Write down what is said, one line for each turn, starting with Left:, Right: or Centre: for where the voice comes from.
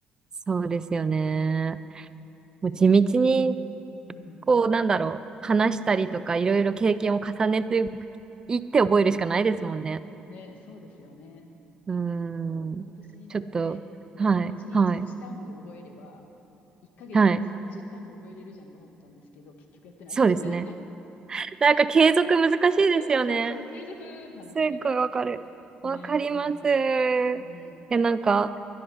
Right: そうですよね。
Left: うん
Right: もう地道に、
Left: で、うん。
Right: こう、なんだろう、話したりとか、いろいろ経験を重ねていって覚えるしかないですもんね。
Left: ね、そうですよね。
Right: うー
Left: そう、
Right: ん。
Left: 今年になって、
Right: ちょっと、
Left: そう、
Right: はい、
Left: 1日1単語覚えれば、
Right: はい、
Left: 1ヶ月で30単語覚えれるじゃんと思ったんですけど、
Right: はい。
Left: 結局やってないですね。
Right: そうですね。なんか継続難しいですよね。
Left: <laughs> そうそう、継続なんですよね、
Right: すっごいわかる。
Left: 結局。ね、
Right: わかります。
Left: うん、
Right: い
Left: うん、
Right: や、なんか、